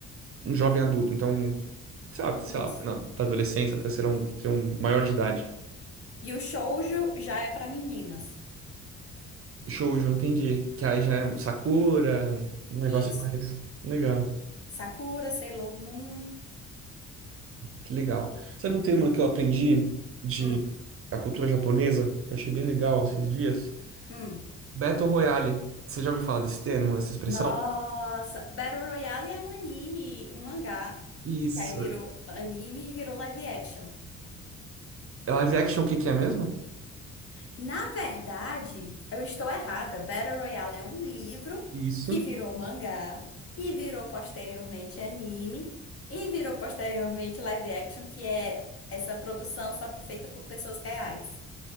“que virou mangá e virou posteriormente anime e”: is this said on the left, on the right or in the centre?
Left